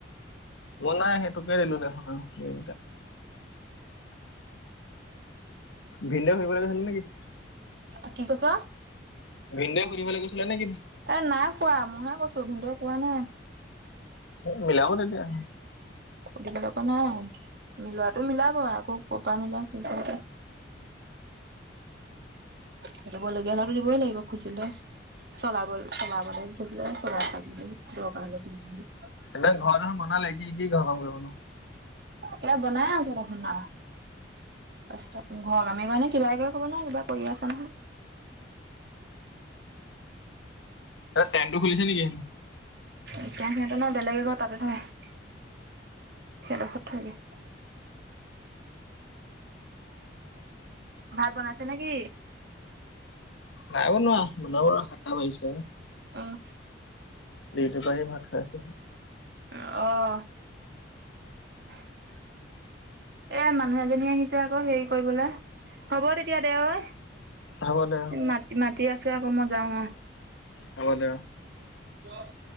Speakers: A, on the left (about 85°); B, on the right (about 60°).
A: ব'লা, সেইটোকে দিলো দেখোন আৰু। যি ভিনদেউ ফুৰিবলে গৈছিল নে কি?
B: অ', কি কৈছ?
A: ভিনদেউ সুধিবলে গৈছিলে নে কি?
B: এ নাই শুৱা। মইহে শুইছো ভিনদেউ শুৱা নাই।
A: মিলাও তেতিয়া।
B: ফুৰিবলে পালে। মিলোৱাটো মিলাবই আকৌ ক'ৰ মিলাই কি কথা। খেলিব লগীয়া হ'লে দিবই লাগিব কৈছিলে। চলাবল চলাবলৈ <unintelligible> দৰকাৰ হ'লে দি দিম বুলি
A: এনে ঘৰখন বনালে কি দি ঘৰ কাম কৰিবনো।
B: কিবা বনাই আছে দেখোন ডাঙৰ। তাৰ পিছত ঘৰত মামী মানে কিবা এক কৰি ক'ব নহ কিবা কৰি আছে নহয়।
A: এ টেংকটো খুলিছে নিকি?
B: এতিয়া সিহঁতৰ ন বেলেগে ঘৰত তাতে থয় সিহঁডোখৰত থয়গে ভাত বনাইছে নেকি?
A: নাই বনোৱা বনাম আৰু সাতটা বাজিছে।
B: উম।
A: ডিউটি পৰা আহি ভাত খাইছোঁ।
B: অহ। <inaudible> এ মানুহ এজনী আহিছে আকৌ হেৰি কৰিবলৈ হ'ব তেতিয়া দে ঐ
A: হ'ব দে আৰু।
B: ম মাটি আছে আকৌ মই যাওঁ ন।
A: হ'ব দে।
B: ক <unintelligible>